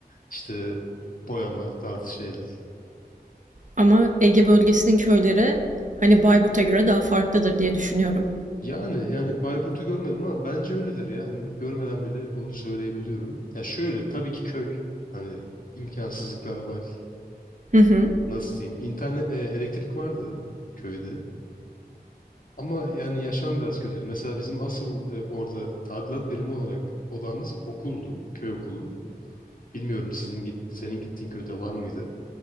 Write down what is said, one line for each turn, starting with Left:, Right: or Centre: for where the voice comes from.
Left: işte boyama tarzı şeyler.
Right: Ama Ege bölgesinin köyleri hani Bayburt'a göre daha farklıdır diye düşünüyorum.
Left: Yani yani Bayburt'u görmedim ama bence öyledir ya. Hani görmeden bile bunu söyleyebiliyorum. Ya şöyle tabii ki köy. Hani imkansızlıklar var.
Right: Hı hı.
Left: Nasıl diyeyim? İnternet, e, elektrik vardı köyde. Ama yani yaşam biraz kötüydü. Mesela bizim asıl e, orada tadilat birimi olarak odamız okuldu, köy okulu. Bilmiyorum sizin git senin gittiğin köyde var mıydı?